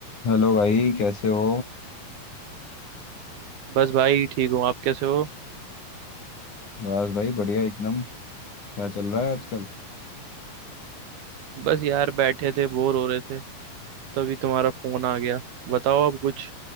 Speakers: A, on the left; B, on the right.
A: हेलो भाई कैसे हो
B: बस भाई ठीक हूँ आप कैसे हो
A: बस भाई बढ़िया एकदम क्या चल रहा है आजकल
B: बस यार बैठे थे बोर हो रहे थे तभी तुम्हारा फोन आ गया बताओ अब कुछ